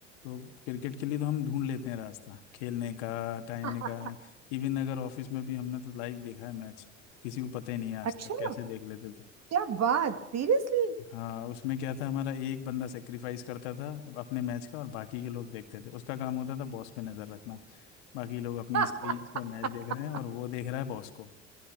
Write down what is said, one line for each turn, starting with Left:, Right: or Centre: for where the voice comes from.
Left: तो क्रिकेट के लिए तो हम ढूंढ लेते हैं रास्ता खेलने का टाइम
Right: <laughs>
Left: निकाल इवन अगर ऑफिस में भी हमने तो लाइव देखा है मैच किसी को पता ही नहीं है आज
Right: अच्छा
Left: तक कैसे देख लेते थे
Right: क्या बात सीरियसली
Left: हाँ उसमें क्या था हमारा एक बंदा सेक्रीफाइस करता था अपने मैच का और बाकी के लोग देखते थे उसका काम होता था बॉस पे नजर रखना बाकी लोग अपनी
Right: <laughs>
Left: स्क्रीन पर मैच देख रहे हैं और वो देख रहा है बॉस को